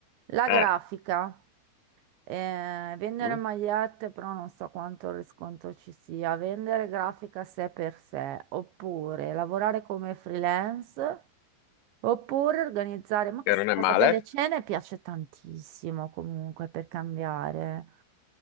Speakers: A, on the right (about 75°); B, on the left (about 80°).
A: La
B: eh.
A: grafica, eh, vendere
B: Mm.
A: magliette, però non so quanto riscontro ci sia, vendere grafica sé per sé, oppure lavorare come freelance. Oppure organizzare, ma
B: Che
A: questa
B: non è
A: cosa
B: male.
A: delle cene piace tantissimo comunque per cambiare.